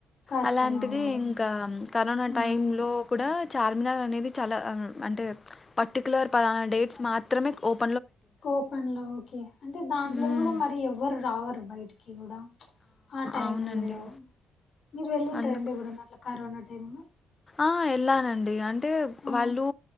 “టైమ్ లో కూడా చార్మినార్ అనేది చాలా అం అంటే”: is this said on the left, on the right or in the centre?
Left